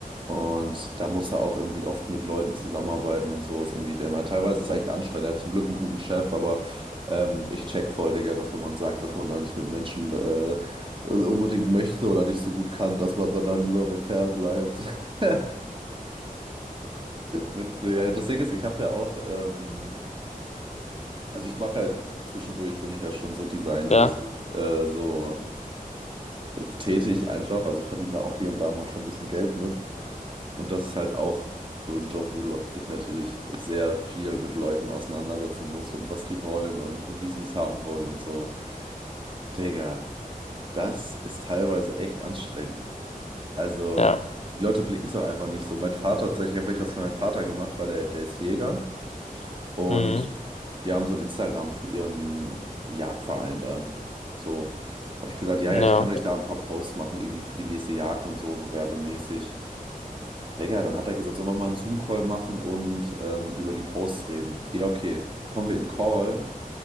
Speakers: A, on the right; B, on the left.
A: Und da muss er auch irgendwie oft mit Leuten zusammenarbeiten und so. Ist irgendwie, der meint, teilweise ist es echt anstrengend. Er hat zum Glück einen guten Chef, aber ähm, ich check voll, Digga, dass wenn man sagt, dass man da nicht mit Menschen äh, unbedingt möchte oder nicht so gut kann, dass man dann da lieber fernbleibt. <laughs> Witzig. Ja, das Ding ist, ich habe ja auch, ähm, also ich mache ja zwischendurch, bin ich ja schon so designmäßig
B: Ja,
A: äh, so äh, tätig einfach, also verdiene da auch hier und da mal schon ein bisschen Geld mit. Und das ist halt auch so ein Job, wo du dich natürlich sehr viel mit Leuten auseinandersetzen musst und was die wollen und wie sie es haben wollen und so. Digga, das ist teilweise echt anstrengend. Also,
B: ja.
A: die Leute blicken es auch einfach nicht so. Mein Vater, tatsächlich habe ich was für meinen Vater gemacht, weil der, der ist Jäger und
B: Mhm.
A: die haben so ein Instagram für ihren Jagdverein da. So, habe ich gesagt, ja,
B: Ja.
A: ja, ich kann euch da ein paar Posts machen, irgendwie für die nächste Jagd und so, so werbemäßig. Digga, dann hat er gesagt, sollen wir mal einen Zoom-Call machen und ähm, über die Posts reden. Ja, okay. Kommen wir in Call.